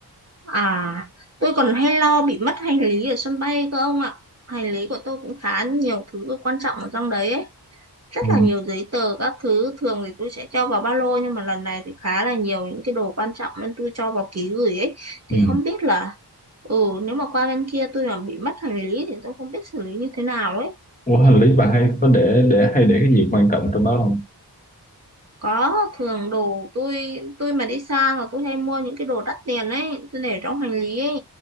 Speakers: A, on the right; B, on the left.
A: à tôi còn hay lo bị mất hành lý ở sân bay cơ ông ạ hành lý của tôi cũng khá nhiều thứ quan trọng ở trong đấy ấy. rất
B: ừ.
A: là nhiều giấy tờ các thứ thường thì tôi sẽ cho vào ba lô nhưng mà lần này thì khá là nhiều những cái đồ quan trọng nên tôi cho vào ký gửi ấy thì
B: Ừ.
A: không biết là ừ nếu mà qua bên kia tôi mà bị mất hành lý thì tôi không biết xử lý như thế nào ấy
B: Ủa, hành lý bà hay có để để hay để cái gì quan trọng trong đó không
A: có thường đồ tôi tôi mà đi xa là tôi hay mua những cái đồ đắt tiền ấy tôi để trong hành lý ấy